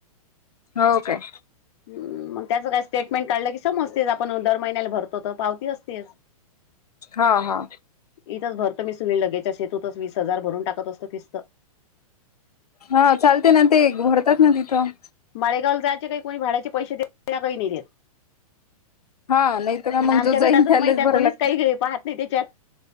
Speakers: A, on the left; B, on the left.
A: हव काय.
B: हम मग त्याच काय स्टेटमेंट काढलं की समजततेच आपण दर महिन्याला भरतो. होत तर पावती असतेच.
A: हा हा
B: इथंच भरत मी सुविल लगेचच शेतूतच वीस हजार भरून टाकत असतो किस्त.
A: हा चालते ना ते भरतात ना तिथं.
B: माळेगावला जायचे काही कोणी भाड्याचे पैसे देत न्हाय कोणी नाही देत.
A: हा नाही हा ना
B: आणि
A: मग
B: आमच्या
A: जो
B: गटाचं
A: जाईन त्यालेच
B: तर माहित आहे
A: भरालागते.
B: कोणीच काही पाहत नाही त्याच्यात